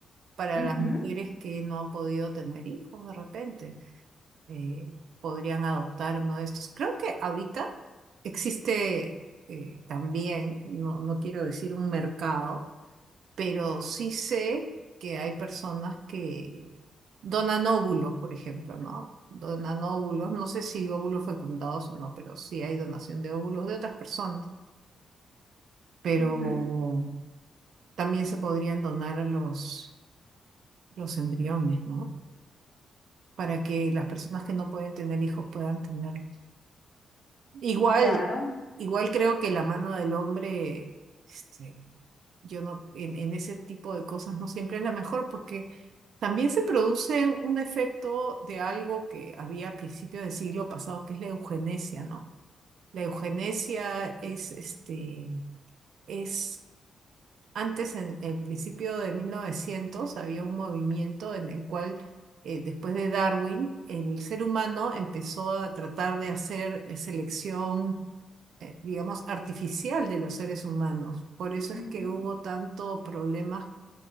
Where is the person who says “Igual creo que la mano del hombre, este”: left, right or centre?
Right